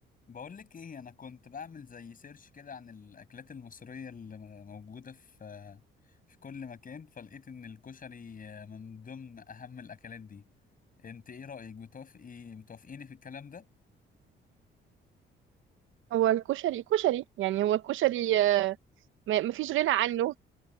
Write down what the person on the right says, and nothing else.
هو الكشري كشري يعني هو الكشري آه، ما- مفيش غنى عنه